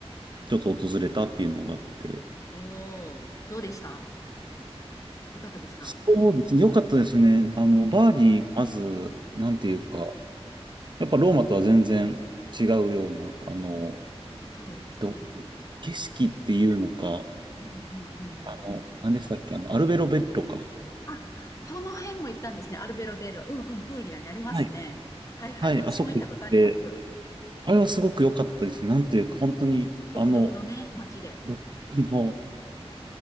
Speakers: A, on the right (about 45°); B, on the left (about 30°).
A: ちょっと訪れたっていうのがあって、
B: おお、どうでしたよかったですか
A: そうですね、良かったですね。あの、
B: うん。
A: バーリーがまず、なんていうか、
B: うんうん
A: やっぱローマとは全然違うような、あの、
B: そうですね。
A: どう景色っていうのか、
B: うんうんうん。
A: あの、何でしたっけ、あの、アルベロベッロか。
B: あ、その辺も行ったんですね。アルベロベール。うんうん。プーリアにありますね。
A: はい。
B: はいはい。
A: はい、
B: 私も行ったことあります。
A: あそこ行って、あれはすごく良かったですね。なんていうか、
B: うん、
A: 本当に、
B: 独特のね、
A: あの、
B: 街で。
A: 独特の、